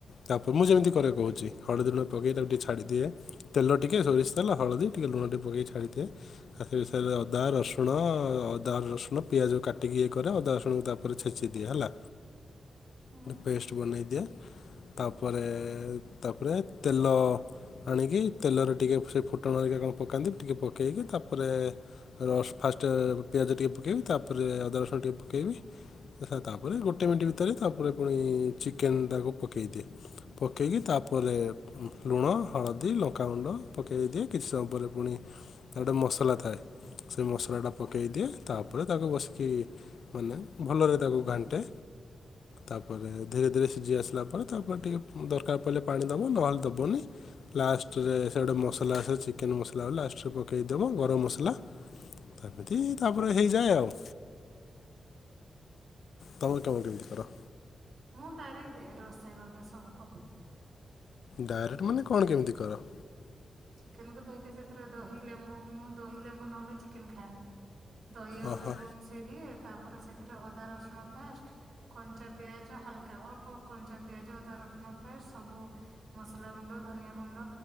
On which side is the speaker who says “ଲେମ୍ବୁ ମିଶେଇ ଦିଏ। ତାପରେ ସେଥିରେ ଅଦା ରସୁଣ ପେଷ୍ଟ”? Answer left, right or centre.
Right